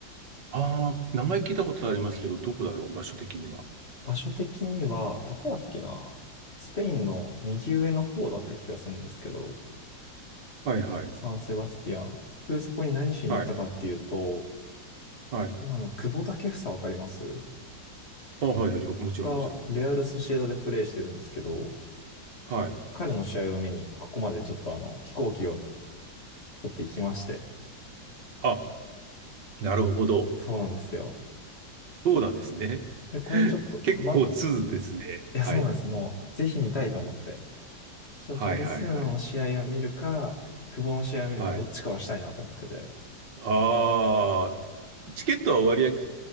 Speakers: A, on the right; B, on the left.
A: ああ、名前聞いたことありますけど、どこだろう、場所的には。
B: 場所的には、どこだっけなスペインの右上の方だった気がするんですけど、
A: はいはい。
B: サンセバスティアン。僕、そこに何しに行ったかっていうと、
A: はい。はい。
B: 今の久保建英わかります
A: あ、はいはい。もちろんもちろん。
B: が、レアル・ソシエダでプレーしてるんですけど、
A: はい。
B: 彼の試合を見に、ここまでちょっとあの、飛行機を取っていきまして。
A: あ、なるほど。
B: そうなんですよ。
A: そうなんですね。
B: で、
A: <laughs>
B: これちょっとたま、
A: 結構通ですね。
B: いや、
A: はい。
B: そうなんです。もう、ぜひ見たいと思って。一応バルセロナの試合を見るか、
A: はいはいはい。
B: 久保の試合を見るか、
A: はい。
B: どっちかはしたいなと思ってて。
A: ああ、チケットは割合